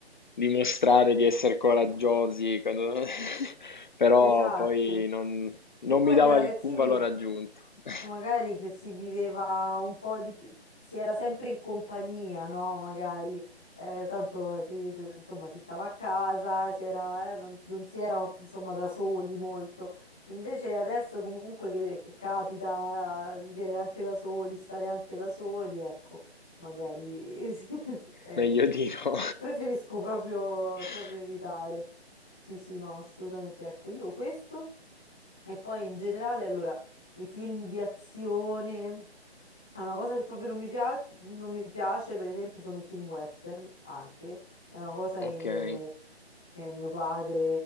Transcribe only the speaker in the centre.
Esatto.
E
poi
da ragazzini
magari che si viveva un po' di più, si era sempre in compagnia, no? Magari, eh, tanto si, si- insomma, si stava a casa, si era, eh, non, non si era, insomma, da soli molto. Invece adesso comunque che, che capita eh, vivere anche da soli, stare anche da soli, ecco, magari <laughs> sì, sì, eh,
eh,
preferisco proprio,
proprio evitare. Sì, sì, no, assolutamente. Ecco, io questo. E poi in generale, allora, i film di azione. È una cosa che proprio non mi piace, non mi piace, per esempio, sono i film western anche. È una cosa
che, che mio padre,